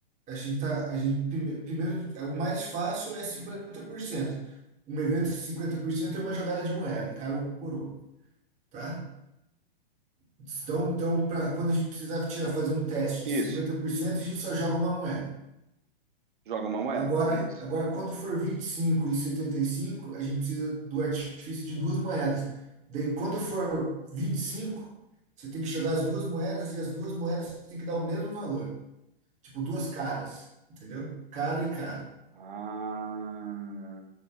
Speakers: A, on the right (about 25°); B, on the right (about 55°).
A: a gente tá, a gente prime- primeiro, é, o mais fácil é cinquenta por cento Um evento 50% é uma jogada de moeda, cara ou coroa, tá? Então, então pra, quando a gente precisar tirar, fazer um teste de
B: Isso.
A: 50% a gente só joga uma moeda.
B: Joga uma moeda.
A: Agora,
B: Isso.
A: agora, quando for vinte e cinco e e setenta e cinco a gente precisa do artifício de duas moedas. Daí, quando for 25 você tem que jogar as duas moedas e as duas moedas você tem que dar o mesmo valor. Tipo, duas caras, entendeu? Cara e cara,
B: Ah...